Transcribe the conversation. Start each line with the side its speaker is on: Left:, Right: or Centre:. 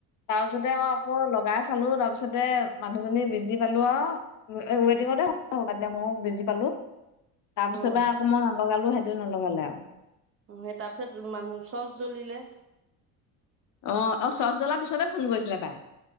Left: তাৰপিছতে অ, আকৌ লগাই চালো তাৰ পিছতে মানুহজনী বিজি পালো আওঁ। এ ৱেটিঙতে হ'ব বাদ দিয়া মইও বিজি পালোঁ। তাৰপিছৰ
Right: উম
Left: বা আকৌ মই নলগালোঁ সেহঁতেও নলগালে আওঁ।
Right: উহু, সেই তাৰপিছত মানুহ চচ জ্বলিলে।
Left: অ', অ', চচ জ্বলাৰ পিছতে ফোন কৰিছিলে পাই